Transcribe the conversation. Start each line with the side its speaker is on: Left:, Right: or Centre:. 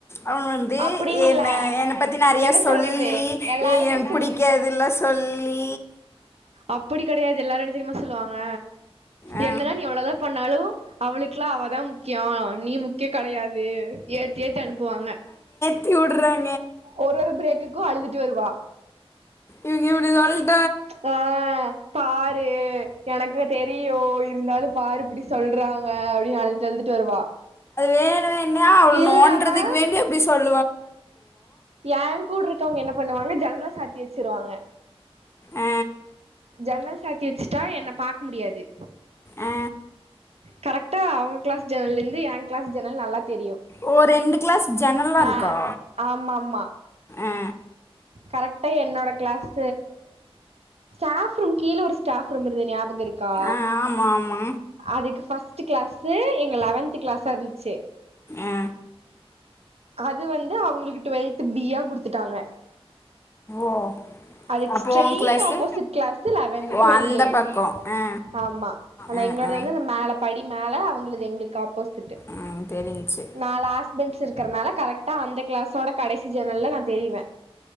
Left: அவ வந்து
Right: அப்படின்னு
Left: என்ன
Right: இல்ல
Left: என்ன பத்தி நெறயா
Right: என்ன
Left: சொல்லி
Right: சொல்றது எல்லாருமே
Left: ஏ என்ன
Right: சும்
Left: பிடிக்காதுல்லா சொல்லி
Right: அப்படி கெடையாது எல்லாரு என்ன தெரியுமா சொல்லுவாங்க
Left: ஆ,
Right: என்னதா நீ எவ்ளதா பண்ணாலு அவளுக்கல்லா அவ அதா முக்கியம் நீ முக்கியம் கிடயாது ஏத்து ஏத்து அனுப்புவாங்க
Left: த விடுறேன்
Right: ஒரு ஒரு பிரேக்குக்கு அழுதுட்டு வருவா
Left: இவங்க இப்டிதானே
Right: ப்பா பாரு எனக்கு தெரியு இருந்தாலு பாரு இப்டி சொல்றாங்க அப்டின்னு அழுதுட்டு அழுதுட்டு வருவா
Left: வேண வேண்டம்
Right: இல்லன்னா
Left: நோன்றதுக்கு வேண்டி அப்படி சொல்ற
Right: ஏ கூட இருக்கவங்க என்ன பண்ணுவாங்க ஜன்னல சாத்தி வச்சிருவாங்க
Left: ஆ
Right: ஜன்னல் சாத்தி வச்சுட்டா என்ன பாக்க முடியாது
Left: ஆ
Right: கரெக்டா அவங்க கிளாஸ் ஜனல் இருந்து என் கிளாஸ் ஜெனல் நல்லா தெரியும்
Left: ஓ ரெண்டு கிளாஸ் ஜன்னல்லாம்
Right: ஆஹ
Left: இருக்கா
Right: ஆமா ஆமா
Left: ஆ
Right: கரெக்ட் என்னோட கிளாஸ் ஸ்டாப் ரூம் கீழ ஒரு ஸ்டாப் ரூம் இருந்தே ஞாபகம் இருக்கா
Left: ஆ ஆமா ஆமா
Right: அதுக்கு பஸ்ட் கிளாஸ் எங்க லெவன்த் கிளாஸா இருந்துச்சு
Left: ஆ
Right: அது வந்து அவங்களுக்கு டுவெல்த் பியா குடுத்துட்டாங்க
Left: ஓ
Right: அதுக்கு
Left: அப்போ
Right: ஸ்டட்
Left: உ கிளாஸு
Right: ஆப்போசிட் கிளாஸ் லெவன்ட்
Left: ஓ
Right: டுவல்
Left: அந்த
Right: ஏ
Left: பக்கோ ஆ
Right: ஆமா அதா
Left: ஆ
Right: எங்களோடது
Left: ஆ
Right: மேல படி மேல அவங்களது எங்களுக்கு ஆப்போசிட்
Left: ம் தெரிஞ்ச்சு
Right: நா லாஸ்ட் பேன்ஞ் இருக்கறனால கரெக்டா அந்த கிளாஸ்சோட கடைசி ஜன்னலா நான் தெரிவேன்